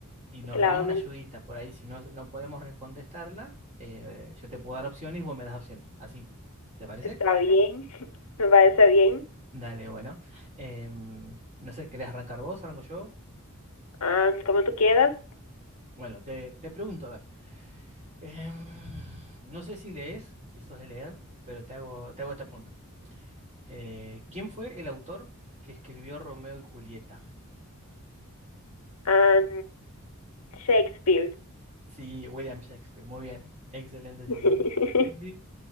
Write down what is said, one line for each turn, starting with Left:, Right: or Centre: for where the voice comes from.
Right: Y nos
Left: Claro,
Right: damos una
Left: me-
Right: ayudita por ahí. Si no, no podemos re- contestarla, eh, yo te puedo dar opciones y vos me das opciones. Así, ¿te parece?
Left: está bien, <laughs> me parece bien.
Right: Dale, bueno. Em, no sé, ¿querés arrancar vos? ¿Arranco yo?
Left: Ah, como tú quieras.
Right: Bueno, te, te pregunto, a ver. Em, no sé si lees, si sos de leer, pero te hago, te hago esta pregunta. Eh, ¿quién fue el autor que escribió Romeo y Julieta?
Left: Ah, Shakespeare.
Right: Sí, William Shakespeare. Muy bien. Excelente, sí,
Left: <laughs>
Right: sí. Sí, sí.